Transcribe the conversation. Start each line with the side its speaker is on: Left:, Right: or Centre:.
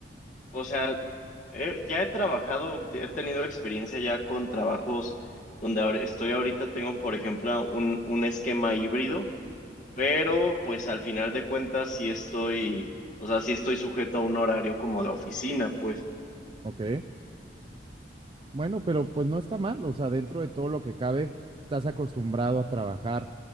Left: O sea, eh, ya he trabajado, he tenido experiencia ya con trabajos donde ahor- estoy ahorita, tengo por ejemplo un, un esquema híbrido, pero pues al final de cuentas sí estoy, o sea, sí estoy sujeto a un horario como de oficina, pues.
Right: ¿ok? Bueno, pero pues no está mal, o sea, dentro de todo lo que cabe, estás acostumbrado a trabajar